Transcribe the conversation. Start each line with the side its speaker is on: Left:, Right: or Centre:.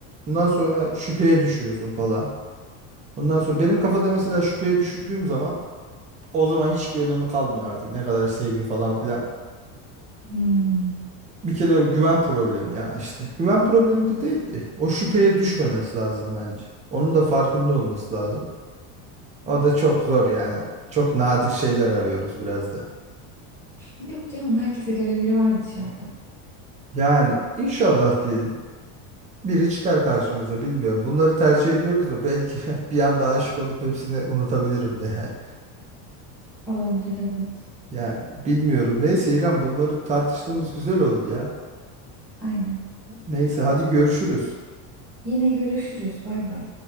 Right: Ondan sonra şüpheye düşüyorsun falan. Ondan sonra benim kafada mesela şüpheye düşürdüğüm zaman o zaman hiçbir önemi kalmıyor artık. Ne kadar sevgi falan filan.
Centre: Hmm.
Right: Bir kere o güven problemi ya işte. Güven problemi de değildi. O şüpheye düşmemesi lazım bence. Onun da farkında olması lazım. O da çok zor yani. Çok nadir şeyler arıyoruz biraz da.
Centre: Yok canım herkese göre biri var dışarıda.
Right: Yani inşallah diyelim. Biri çıkar karşımıza bilmiyorum. Bunları tercih ediyoruz da belki <laughs> bir anda aşık olup hepsini unutabilirim de yani.
Centre: Olabilir evet.
Right: Yani bilmiyorum. Neyse İrem bunları tartıştığımız güzel oldu ya.
Centre: Aynen.
Right: Neyse hadi görüşürüz.
Centre: Yine görüşürüz. Bay bay.